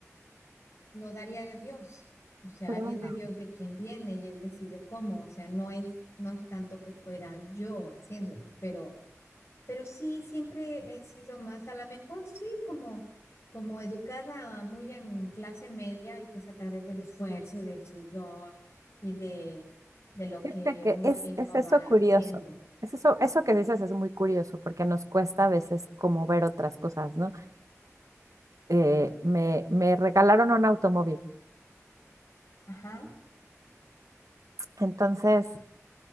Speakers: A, on the left; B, on the right.
A: lo daría a Dios. O sea,
B: claro.
A: es de Dios de quien viene y él decide cómo. O sea, no es, no es tanto que fuera yo haciéndolo, pero Pero sí, siempre he sido más, a lo mejor sí, como, como educada muy en clase media y que es a través del esfuerzo y del sudor y de, de lo
B: Fíjate
A: que
B: que
A: uno
B: es,
A: mismo
B: es eso
A: va
B: curioso.
A: haciendo.
B: Es eso, eso que dices es muy curioso porque nos cuesta a veces como ver otras cosas, ¿no? Eh, me, me regalaron un automóvil.
A: Ajá.
B: Entonces,